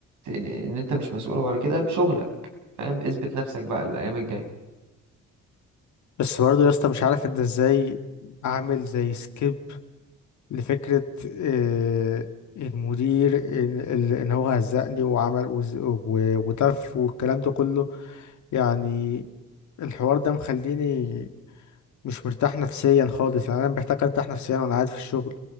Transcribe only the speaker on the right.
إيه، ان انت مش مسؤول ولا كده بشغلك فاهم اثبت نفسك بقى الايام الجاية